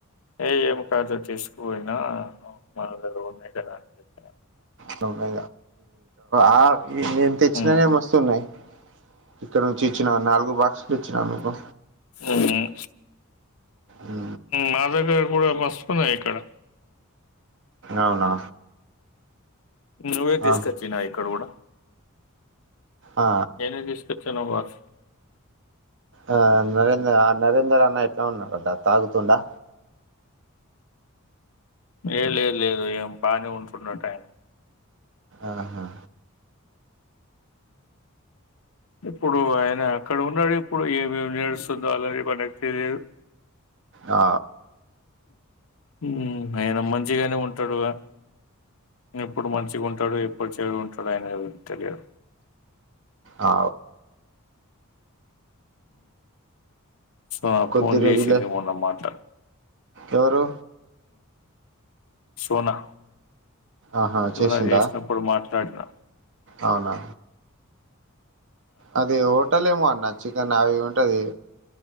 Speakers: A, on the left; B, on the right.
A: ఏ ఏమి కాదు తీసుకుపోయినా మా దగ్గర ఉన్నాయి కదా అని చెప్పిన.
B: సమే ఆ ఈ నేను తెచ్చినా
A: హ్మ్.
B: ఏం వస్తున్నాయి. చక్కడ నుంచి ఇచ్చిన నాలుగు బాక్స్. నచ్చిన మీకు
A: హ్మ్.
B: ఉ
A: మా దగ్గ కూడా మస్తుకున్నాయి ఇక్కడ
B: అవునా
A: నువ్వే
B: ఆ
A: తీసుకొచ్చిన ఇక్కడ కూడా
B: ఆ
A: ఏను తీస్త ధన్వాద్
B: ఆ నరేంద్ర ఆ నరేంద్ర అన్న ఎట్లా ఉన్నాడుట తాగుతుడా
A: ఏ లేదు లేదు ఏం బాగా ఉంచున్నట్టు ఆయన
B: ఆహా
A: ఇప్పుడు ఆయన అక్కడ ఉన్నాడు ఇప్పుడు ఏమేమి నడుస్తుందో అలా మనకి తెలియదు
B: ఆ
A: ఆ అయన మంచిగానే ఉంటాడుగా ఎప్పుడు మంచిగా ఉంటాడు ఎప్పుడు చెరు ఉంటాడు అయన తెలియదు
B: ఆ
A: అ
B: కొద్ది
A: ఫోన్
B: రోజులే
A: చేసింది పోన్నమాట
B: ఎవరు
A: సోనా
B: ఆహా
A: చూన
B: చేసిందా
A: చేసినప్పుడు మాట్లా రాట్నా
B: అవునా అదే హోటల్ ఏమాన్ నచ్చిక నావి ఉంటది